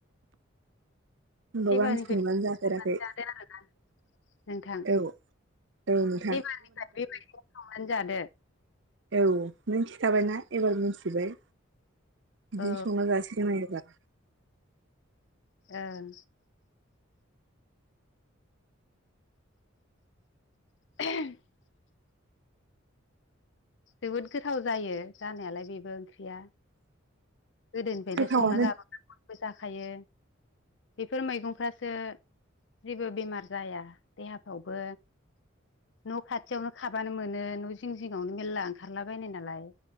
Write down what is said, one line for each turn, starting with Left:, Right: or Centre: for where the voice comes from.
Right: होमबाबो
Left: एबानि
Right: आं
Left: <unintelligible>
Right: संनानै
Left: बिदि
Right: जाफेराखै
Left: जादो आरो ना नोंथां
Right: औ औ नोंथां
Left: एबारनिफ्राय बेबायदि <unintelligible> संनानै जादो
Right: औ मिथिखाबायना एबार मिथिबाय बिदिनो
Left: औ
Right: संना जासिगोन आं एबार
Left: ओं <inaudible> जोबोद गोथाव जायो जानायालाय बेबो ओंख्रिया गोदोनिफ्रायनो
Right: गोथावानो
Left: संना जा <unintelligible> जाखायो बेफोर मैगंफ्रासो जेबो बेमार जाया देहाफ्रावबो न' खाथियावनो खाबानो मोनो न' जिं जिङावनो मेरला ओंखारलाबायनाय नालाय